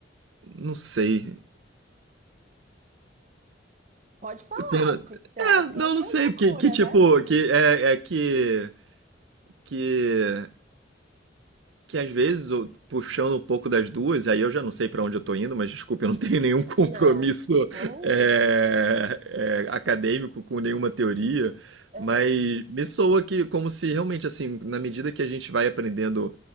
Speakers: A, on the right (about 75°); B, on the right (about 40°).
A: não sei.
B: Pode falar
A: Eu tenho...
B: o que que você
A: É,
B: acha. É
A: não,
B: meio
A: não sei.
B: loucura,
A: Que, que tipo,
B: né?
A: que é, é que. Que que às vezes, eu- puxando um pouco das duas, aí eu já não sei para onde eu tô indo, mas desculpa, eu não tenho nenhum <laughs> compromisso
B: Não, vamos
A: é,
B: indo junto.
A: é, acadêmico com nenhuma teoria,
B: Aham,
A: mas me soa que como se realmente assim, na medida que a gente vai aprendendo